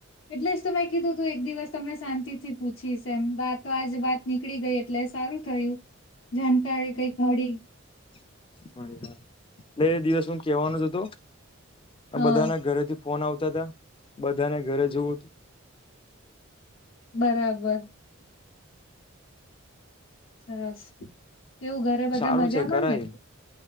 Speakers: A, on the left (about 75°); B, on the left (about 25°).
A: એટલે જ તો મેં કીધુંતું એક દિવસ તમને શાંતિથી પૂછીશ એમ, વાત તો આજે વાત નીકળી ગઈ એટલે સારું થયું. જાણકારી કઈંક મળી.
B: <unintelligible> બે દિવસમાં કેહવાનો જ હતો.
A: હ
B: બધાના ઘરેથી ફોન આવતાતા. બધાને ઘરે જવું હતું.
A: બરાબર. સરસ. કેવું ઘરે બધા
B: સારું
A: મજામાં
B: છે કરાય
A: ને?